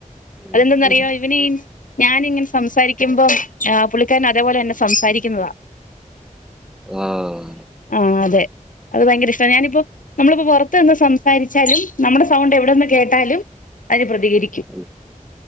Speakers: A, in the centre; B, on the left (about 75°).
A: ഉം.
B: അതെന്തെന്നറിയോ ഇവനീ ഞാനിങ്ങനെ സംസാരിക്കുമ്പോം ആഹ് പുള്ളിക്കാരൻ അതേപോലന്നെ സംസാരിക്കുന്നതാ
A: ആഹ്
B: ആഹ് അതെ അത് ഭയങ്കര ഇഷ്ടാ. ഞാനിപ്പോ നമ്മളിപ്പോ പൊറത്ത് നിന്ന് സംസാരിച്ചാലും നമ്മുടെ സൗണ്ട് എവിടന്ന് കേട്ടാലും അതിന് പ്രതികരി ക്കും.
A: ഉം.